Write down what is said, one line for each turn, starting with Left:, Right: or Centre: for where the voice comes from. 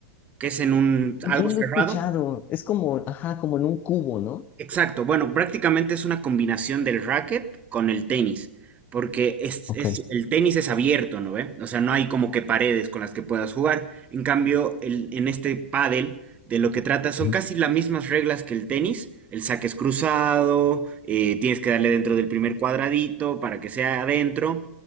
Right: Que es en un
Left: Bien
Right: algo cerrado.
Left: lo he escuchado. Es como, ajá, como en un cubo, ¿no?
Right: Exacto, bueno, prácticamente es una combinación del racket con el tenis, porque es,
Left: Ok.
Right: es- el tenis es abierto, ¿no ve? O sea, no hay como que paredes con las que puedas jugar. En cambio, el- en este pádel, de lo que trata son
Left: Ujú.
Right: casi las mismas reglas que el tenis. El saque es cruzado, eh, tienes que darle dentro del primer cuadradito para que sea adentro,